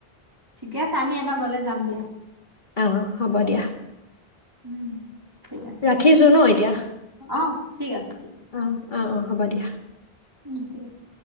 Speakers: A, on the right; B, on the left.
A: ঠিকে আছে আমি এবা গলে যাম দিয়া।
B: আহ হ'ব দিয়া।
A: উম ঠিক আছে
B: ৰাখিছো
A: দিয়া
B: ন এতিয়া
A: অ ঠিক আছে ঠিক আছে
B: অ' অ' অ'। হ'ব দিয়া।
A: উম ঠিক আছে।